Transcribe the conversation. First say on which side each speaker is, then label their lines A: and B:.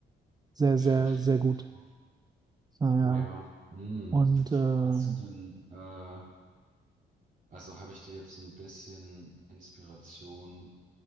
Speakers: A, on the right; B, on the right.
A: sehr,
B: ich
A: sehr,
B: richtig
A: sehr
B: Bock
A: gut.
B: drauf.
A: Daher,
B: Oh ja. Mm.
A: und äh,
B: Hast du denn, äh, also habe ich dir jetzt ein bisschen Inspiration